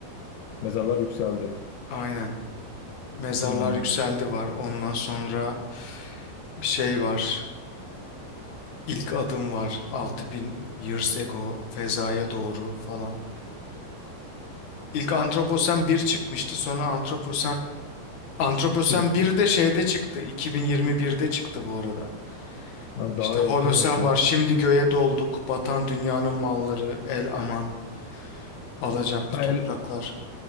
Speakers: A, on the left; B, on the left.
A: Mezarlar yükseldi.
B: Aynen. Mezarlar
A: Hmm,
B: Yükseldi var. Ondan sonra şey var. İlk adım var. altı bin years ago fezaya doğru falan. İlk Antroposen bir çıkmıştı. Sonra Antroposen Antroposen
A: kim?
B: bir de şeyde çıktı. 2021'de çıktı bu arada.
A: Ha, daha
B: İşte Holosen
A: yakınmış ya.
B: var. Şimdi göğe dolduk. Batan dünyanın malları. El aman. Alacaklı
A: Ha,
B: topraklar.
A: el,